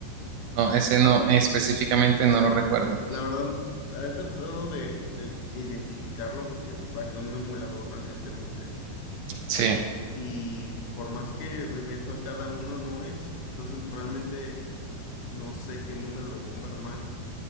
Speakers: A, on the right; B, on the left.
A: no, ese no, específicamente no lo recuerdo.
B: La verdad, he tratado de, de identificarlo porque bajé un emulador recientemente
A: Sí,
B: y por más que me meto a cada uno no es. Entonces realmente no sé qué número de Bomberman